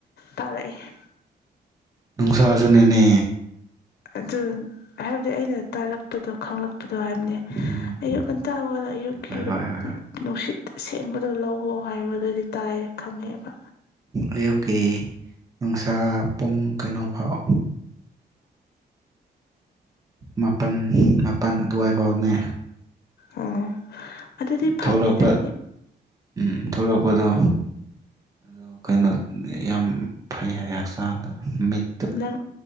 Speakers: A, on the left; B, on the right.
A: ꯇꯥꯔꯛꯏ ꯫
B: ꯅꯨꯡꯁꯥꯁꯨ ꯅꯤꯅꯦ
A: ꯑꯗꯨ ꯍꯥꯏꯕꯗꯤ ꯑꯩꯅ ꯇꯥꯔꯛꯄꯗꯣ ꯈꯪꯂꯛꯄꯗꯣ ꯍꯥꯏꯕꯅꯦ
B: ꯎꯝ
A: ꯑꯌꯨꯛ ꯉꯟꯇ ꯍꯧꯒꯠꯂ ꯑꯌꯨꯛꯀꯤ
B: ꯍꯣꯏ ꯍꯣꯏ ꯍꯣꯏ ꯍꯣꯏ
A: ꯅꯨꯡꯁꯤꯠ ꯑꯁꯦꯡꯕꯗꯣ ꯂꯧꯑꯣ ꯍꯥꯏꯕꯗꯨꯗꯤ ꯇꯥꯏꯌꯦ ꯈꯪꯉꯦꯕ
B: ꯑꯌꯨꯛꯀꯤ ꯅꯨꯡꯁꯥ ꯄꯨꯡ ꯀꯩꯅꯣ ꯐꯥꯎ ꯃꯥꯄꯜ ꯃꯥꯄꯜ ꯑꯗꯨꯋꯥꯏ ꯐꯥꯎꯅꯦ
A: ꯑꯣ ꯑꯗꯨꯗꯤ ꯐꯪꯉꯦꯗ
B: ꯊꯣꯛꯂꯛꯄ
A: ꯑꯩꯗꯤ
B: ꯎꯝ ꯊꯣꯛꯂꯛꯄꯗꯣ ꯑꯗꯨ ꯀꯩꯅꯣ ꯌꯥꯝ ꯐꯩ ꯍꯥꯏ ꯍꯛꯆꯥꯡꯗ ꯃꯤꯠ
A: ꯅꯪ